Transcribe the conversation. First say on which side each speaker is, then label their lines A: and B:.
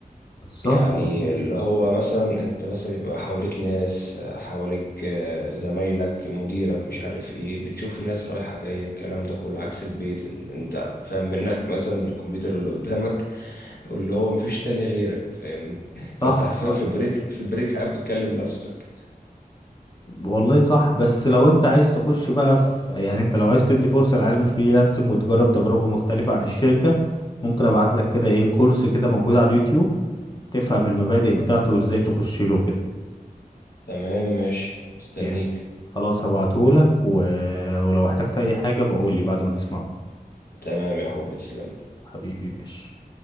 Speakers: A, on the left; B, on the left.
A: بالظبط
B: يعني
A: والله
B: اللي هو مثلا انت مثلا بيبقى حواليك ناس آه، حواليك آه، زمايلك مديرك مش عارف ايه بتشوف ناس رايحة جاية الكلام ده كله عكس البيت إن انت فاهم منك مثلا الكمبيوتر اللي قدامك <laughs> واللي هو مفيش تاني غيرك فاهمني فانت
A: صح
B: حرفيا
A: صح
B: في البريك في البريك اب بتكلم نفسك
A: والله صح بس لو انت عايز تخش بقى في يعني انت لو عايز تدي فرصة لعلم الفريلانسنج وتجرب تجربة مختلفة عن الشركة ممكن ابعت لك كده ايه كورس كده موجود على اليوتيوب تفهم المبادئ بتاعته وازاي تخش له كده
B: تمام ماشي مستنيك
A: يعني خلاص هبعته لك و... ولو احتجت اي حاجة بقول لي بعد ما تسمعه
B: تمام يا حبيبي تسلم
A: حبيبي ماشي